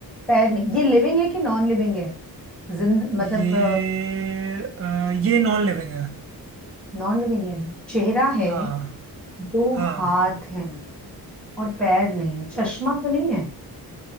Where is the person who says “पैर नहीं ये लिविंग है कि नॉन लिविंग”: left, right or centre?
Centre